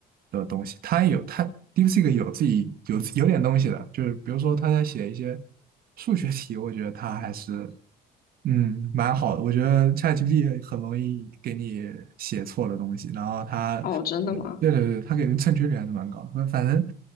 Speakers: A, on the right; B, on the left.
A: 的东西。它也有它 DeepSeek 有自己有有点东西的，就是比如说他在写一些数学题，我觉得他还是。嗯，蛮好的。我觉得 ChatGPT 很容易给你写错的东西，然后它
B: 哦，真的吗？
A: 对对对，他给人正确率还是蛮高的，反正